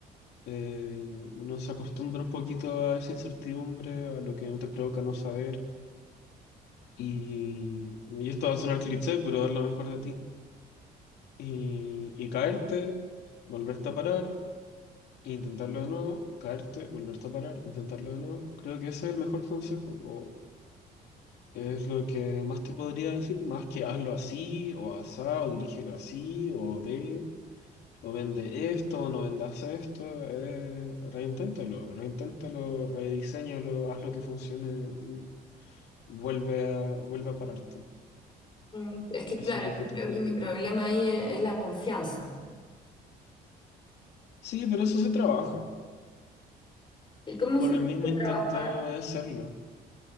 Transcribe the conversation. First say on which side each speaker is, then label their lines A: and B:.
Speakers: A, on the left; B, on the left.
A: Eh, uno se acostumbra un poquito a esa incertidumbre, a lo que no te provoca no saber, y, y esto va a sonar cliché, pero dar lo mejor de ti. y, y caerte, volverte a parar, e intentarlo de nuevo, caerte, volverte a parar, intentarlo de nuevo. Creo que ese es el mejor consejo, o es lo que más te podría decir, más que hazlo así, o asá, o dirígelo así, o ve, o vende esto, o no vendas esto, eh, reinténtalo, reinténtalo, rediseñalo, haz lo que funcione, mm, vuelve a, vuelve a pararte.
B: Mm, Es que
A: Eso
B: claro,
A: es lo que
B: yo
A: te
B: creo
A: puedo
B: que mi
A: tirar.
B: problema ahí es, es la confianza.
A: Sí, pero eso se trabaja
B: ¿Y cómo
A: con
B: se
A: el
B: puede
A: mismo intento
B: trabajar?
A: de hacerlo.